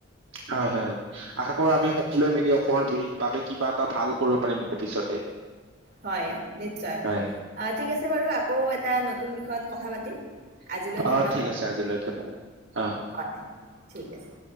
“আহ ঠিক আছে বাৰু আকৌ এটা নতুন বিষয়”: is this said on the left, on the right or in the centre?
Right